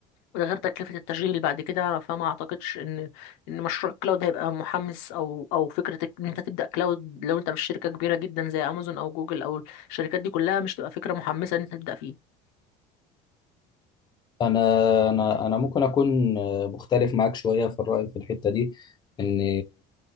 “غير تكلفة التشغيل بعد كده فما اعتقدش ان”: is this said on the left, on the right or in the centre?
Left